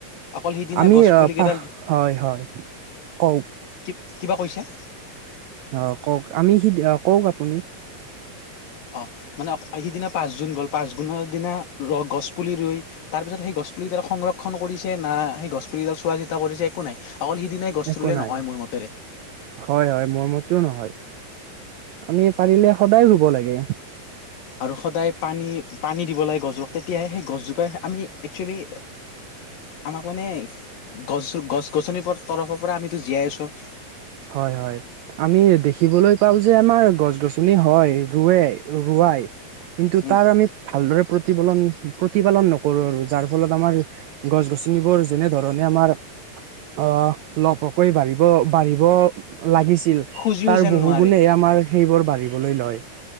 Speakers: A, on the left (about 80°); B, on the right (about 85°).
A: অকল সিদিনা
B: আমি
A: গছ পুলি
B: পা
A: কেইডাল
B: হয়-হয় কও
A: কিব কিবা কৈছাঁ?
B: অ, কওক আমি সি <unintelligible> কওক আপুনি?
A: অ, মানে সিদিনা পাঁচ জুন গ'ল পাঁচ গোনৰ দিনা ৰ' গছ পুলি ৰুই তাৰ পিছত সেই গছ পুলি ডাল সংৰক্ষণ কৰিছে না সেই গছ পুলি এডাল চোৱা চিতা কৰিছে একো নাই অকল সিদিনাই গছ
B: একো
A: ৰুলে
B: নাই
A: নহয় মোৰ মতেৰে
B: হয়-হয় মোৰ মতেও নহয়। আমি পাৰিলে সদায় ৰুব লাগে।
A: আৰু সদায় পানী-পানী দিব লাগে গছজোপাক তেতিয়াহে সেই গছজোপাই আমি একচুৱেলি
B: <inaudible>
A: আমাক মানে গছ-গছ-গছনিৰ তৰফৰ পৰা আমিতো জীয়াই আছো
B: হয়-হয় আমি দেখিবলৈ পাও যে আমাৰ গছ-গছনি হয় ৰুৱে ৰোৱাই কিন্তু
A: উম
B: তাৰ আমি ভালদৰে প্ৰতিফলন প্ৰতিপালন নকৰোঁ আৰু যাৰ ফলত আমাৰ গছ-গছনিবোৰ যেনেধৰণে আমাৰ অ, লহ পহকৈ বাঢ়িব <unintelligible> <unintelligible> লাগিছিল
A: খুজিও
B: তাৰ
A: যেন
B: বহু
A: নোৱাৰে
B: গুণে এ আমাৰ সেইবোৰ বাঢ়িবলৈ লয়।